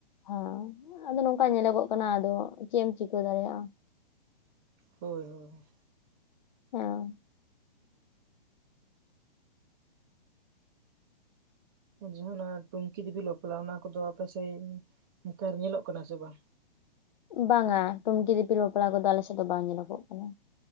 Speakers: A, on the left; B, on the right.
A: ᱦᱮᱸ ᱟᱫᱚ ᱱᱚᱝᱠᱟ ᱧᱮᱞᱚᱜᱚᱜ ᱠᱟᱱᱟ ᱟᱫᱚ ᱪᱮᱫ ᱮᱢ ᱪᱤᱠᱟᱹ ᱫᱟᱲᱮᱭᱟᱜᱼᱟ᱾
B: ᱦᱳᱭ ᱦᱳᱭ
A: ᱚᱸ
B: ᱡᱟᱦᱟᱸ ᱱᱟ ᱴᱩᱝᱠᱤ ᱫᱤᱯᱤᱞ ᱵᱟᱯᱞᱟ ᱚᱱᱟ ᱠᱚᱫᱚ ᱟᱯᱮ ᱥᱮᱫ ᱱᱮᱛᱟᱨ ᱧᱮᱞᱚᱜ ᱠᱟᱱᱟ ᱥᱮ ᱵᱟᱝ
A: ᱵᱟᱝᱼᱟ ᱴᱩᱝᱠᱤ ᱫᱤᱯᱤᱞ ᱵᱟᱯᱞᱟ ᱠᱚᱫᱚ ᱟᱞᱮᱥᱮᱫ ᱫᱚ ᱵᱟᱝ ᱧᱮᱞᱚᱜᱚᱜ ᱠᱟᱱᱟ